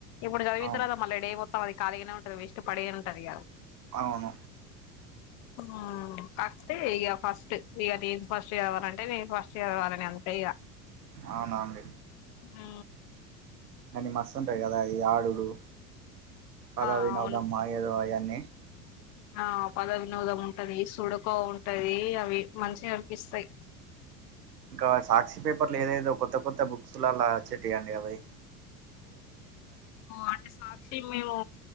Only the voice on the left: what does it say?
ఇప్పుడు చదివిన
తర్వాత మళ్ళీ డే పోతాం అది ఖాలీగానే ఉంటది వేస్ట్ పడిగానే ఉంటది ఇగ
అ కాపోతే ఈ ఫస్ట్ ఇగ ఫస్ట్ చదవాలి అవ్వాలంటే నేను ఫస్ట్ చదవాలి అవ్వాలని అంతే ఇక
ఆ
ఆ
అవును
ఆ పద వినోదం ఉంటది సుడుకో ఉంటది అవి మంచిగా అనిపిస్తాయి
మేము అంటే సాక్షి మేము